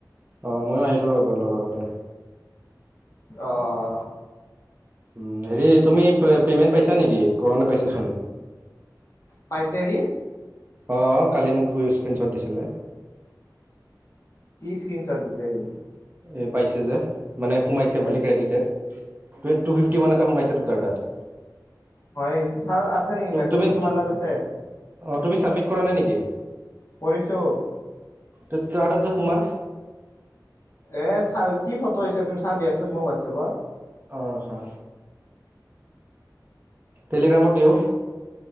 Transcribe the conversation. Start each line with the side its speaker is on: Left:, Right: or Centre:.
Right: অঁ মইও আহিলোঁ <unintelligible> গতে।
Left: অ অহ
Right: উম হেৰি তুমি পে পেমেণ্ট পাইছা নেকি কৰোণে পাইছা চোন।
Left: পাইছেহি।
Right: অ কালি মোক স্ক্ৰীণশ্বট দিছিলে।
Left: কি স্ক্ৰীন শ্বট দিছে সি।
Right: এ পাইছে যে মানে সোমাইছে বুলি
Left: এ
Right: credited. Two two fifty one এটা সোমাইছে তোৰ তাত।
Left: হয় চাওঁ আছে নেকি মেছেজটো
Right: তুমি
Left: তোমাৰ লগত আছে।
Right: অ তুমি চাবমিট কৰা নাই নেকি।
Left: কৰিছো।
Right: তাৰ তাত যে সোমাল।
Left: এ চা কি ফটো দিছা তুমি চাও দিয়াচোন মোক হোৱাটছএপত।
Right: অ ৰখা টেলিগ্ৰামত দিওঁ।